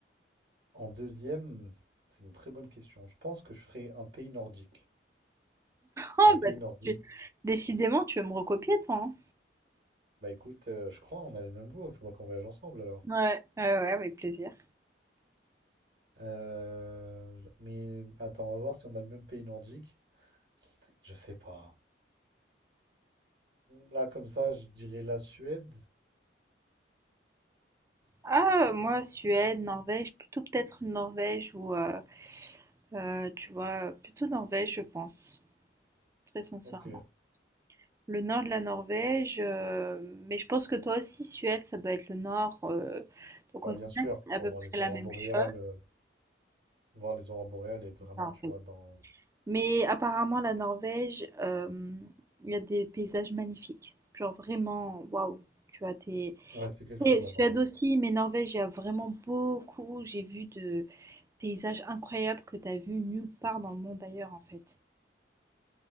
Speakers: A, on the right; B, on the right.
A: En deuxième, c'est une très bonne question. Je pense que je ferais un pays nordique.
B: Ah
A: Un pays
B: bah,
A: nordique.
B: tu décidément, tu veux me recopier toi, hein?
A: Bah écoute, euh, je crois on a les mêmes goûts. Il Faudra qu'on voyage ensemble alors.
B: Ouais, ouais, ouais, avec plaisir.
A: Euh, mais attends, on va voir si on a le même pays nordique. Je sais pas. Là, comme ça, je dirais la Suède.
B: Ah, moi, Suède, Norvège, plutôt peut-être Norvège ou, euh, euh, tu vois, plutôt Norvège, je pense, très sincèrement.
A: Ok.
B: Le nord de la Norvège, euh, mais je pense que toi aussi, Suède, ça doit être le nord. euh, donc
A: Bah
B: au
A: bien
B: final,
A: sûr,
B: c'est
A: pour
B: à peu
A: voir
B: près
A: les
B: la
A: aurores
B: même
A: boréales,
B: chose.
A: euh, voir les aurores boréales et être vraiment,
B: Ça en
A: tu
B: fait
A: vois, dans.
B: Mais apparemment, la Norvège, euh, il y a des paysages magnifiques. Genre vraiment, waouh, tu as tes...
A: Ouais, c'est quelque chose
B: Et Suède
A: la Norvège.
B: aussi,
A: hein.
B: mais Norvège, il y a vraiment beaucoup. J'ai vu de paysages incroyables que tu as vu nulle part dans le monde ailleurs, en fait.